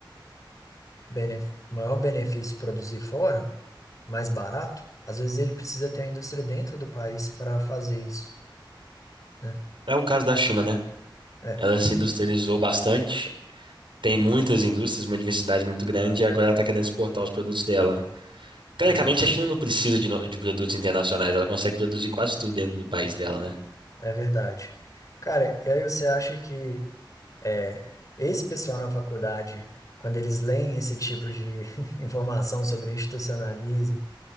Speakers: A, on the left; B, on the right.
A: benef maior benefício produzir fora, mais barato, às vezes ele precisa ter a indústria dentro do país para fazer isso. É,
B: É o caso da China, né?
A: é,
B: Ela se industrializou bastante, tem muitas indústrias, uma diversidade muito grande, e agora ela está querendo exportar os produtos dela. Teoricamente,
A: é
B: a China não precisa de, no- de produtos internacionais, ela consegue produzir quase tudo dentro do país dela, né?
A: é verdade. Cara, e aí você acha que é, esse pessoal na faculdade, quando eles leem esse tipo de <laughs> informação sobre institucionalismo